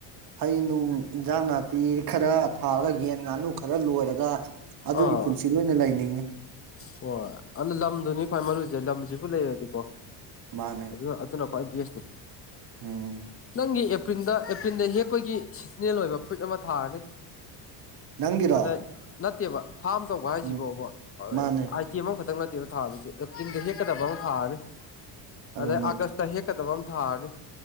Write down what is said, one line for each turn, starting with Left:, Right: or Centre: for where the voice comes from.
Right: ꯍꯩ ꯅꯨꯡ ꯏꯟꯖꯥꯡ ꯅꯥꯄꯤ ꯈꯔ ꯐꯔꯒ ꯌꯦꯟ ꯉꯥꯅꯨ ꯈꯔ ꯂꯣꯏꯔꯒ ꯑꯗꯨꯒꯤ
Left: ꯑꯥ
Right: ꯄꯨꯟꯁꯤꯗꯨ ꯑꯣꯏꯅ ꯂꯩꯅꯤꯡꯉꯦ
Left: ꯍꯣꯏ ꯑꯗꯨ ꯂꯝꯗꯨꯅꯤ ꯈ꯭ꯋꯥꯏ ꯃꯔꯨꯁꯦ ꯂꯝꯁꯤꯕꯨ ꯂꯩꯔꯗꯤꯀꯣ
Right: ꯃꯥꯅꯦ
Left: ꯑꯗꯨ ꯑꯗꯨꯅ ꯈ꯭ꯋꯥꯏ ꯕꯦꯁꯅꯤ
Right: ꯎꯝ
Left: ꯁꯨꯡꯒꯤ ꯑꯦꯄ꯭ꯔꯤꯜꯗ ꯑꯦꯄ꯭ꯔꯤꯜꯗ ꯍꯦꯛꯄꯒꯤ ꯁꯤꯖꯟꯅꯦꯜ ꯑꯣꯏꯕ ꯐ꯭ꯔꯨꯏꯠ ꯑꯃ ꯊꯥꯔꯅꯤ
Right: ꯅꯪꯒꯤꯔꯣ
Left: ꯑꯗꯩꯩ ꯅꯠꯇꯦꯕ ꯐꯥꯝ ꯇꯧꯕ ꯍꯥꯏꯁꯤ
Right: ꯎꯝ
Left: ꯐꯥꯎꯕ <unintelligible>
Right: ꯃꯥꯅꯦ
Left: ꯑꯥꯏꯇꯦꯝ ꯑꯃꯈꯛꯇꯪ ꯅꯠꯇꯦꯕ ꯊꯥꯗꫭꯏꯁꯤ ꯑꯦꯄ꯭ꯔꯤꯜꯗ ꯍꯦꯛꯀꯗꯕ ꯑꯃ ꯊꯥꯔꯅꯤ
Right: ꯑꯗꯨꯅꯦ
Left: ꯑꯗꯩ ꯑꯥꯒꯁꯇ ꯍꯦꯛ ꯀꯗꯕꯝ ꯊꯥꯔꯅꯤ